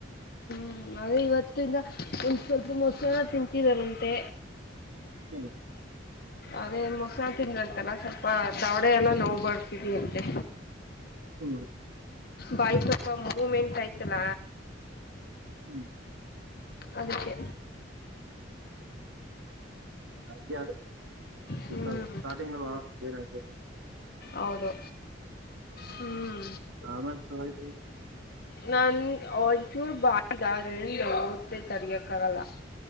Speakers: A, on the left; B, on the right.
A: ಹ್ಮ್ ಅೇ ಇವತ್ತಿಂದ ಒಂದ್ ಸ್ವಲ್ಪ ಮೊಸಾರ ತಿಂತಿದಾರಂತೆ
B: ಹ್ಮ
A: ಅದೇ ಮೊಸಳ ತಿನ್ಂತಲ್ಲ ಸ್ವಲ್ಪ ತವಡೆ ಎಲ್ಲ ನೋವು ಬರ್ತಿದಿ ಅಂತೆ
B: ಹ್ಮ್
A: ಬಾಯ್ಸಪ್ಪ ಮೂವೆಂಟ್ ಆಯ್ತಲ
B: ಹ್ಮ್
A: ಅದಕ್ಕೆ
B: ನಗೆ
A: ಹ್ಮ್
B: ಅ ಸ್ಟಾರ್ಟಿಂಗ್ ಅಲ್ಲಿ ಏನಾಯ್ತು
A: ಹೌದು ಹ್ಮ್
B: ಆಮೇಲೆ ಚಲೋ ಆಯ್ತು
A: ನನ್ ಒಂಚೂರು ಬ ರಂಡ ತ್ತೆ ತರೆಯೋಕ್ಕಾಗಲ್ಲ